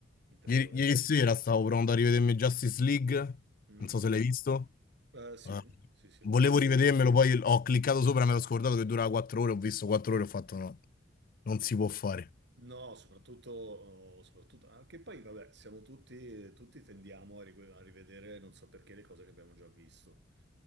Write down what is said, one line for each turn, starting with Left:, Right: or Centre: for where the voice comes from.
Right: in tre
Left: Ieri,
Right: ore.
Left: ieri sera stavo provando a rivedermi Justice League,
Right: Mm?
Left: non so se l'hai visto.
Right: Eh, sì,
Left: Eh,
Right: sì, sì,
Left: volevo
Right: l'ho visto.
Left: rivedermelo, poi ho cliccato sopra, me l'ho scordato che durava 4 ore, ho visto 4 ore, ho fatto no, non si può fare.
Right: No, soprattutto, oh, soprattutto anche poi, vabbè, siamo tutti, tutti tendiamo a rive- a rivedere, non so perché, le cose che abbiamo già visto.